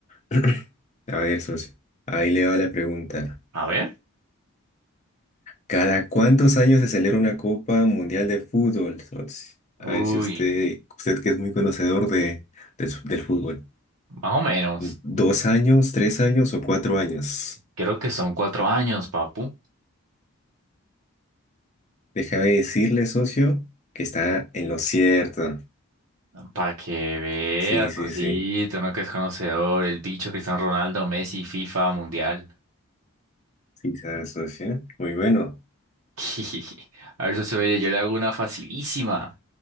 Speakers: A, on the left; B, on the right.
A: <clears throat> A ver, socio. Ahí le va la pregunta.
B: A ver.
A: ¿Cada cuántos años se celebra una Copa Mundial de Fútbol, socio? A
B: Uy,
A: ver si usted, usted que es muy conocedor de, del del fútbol.
B: más o menos.
A: ¿Dos años, tres años o cuatro años?
B: Creo que son cuatro años, papu.
A: Déjame decirle, socio, que está en lo cierto.
B: Para que veas,
A: Sí, sí,
B: así,
A: sí.
B: tú no que es conocedor, el bicho Cristiano Ronaldo, Messi, FIFA, Mundial.
A: Sí, sabe, socio. Muy bueno.
B: <laughs> A ver, socio, mire, yo le hago una facilísima.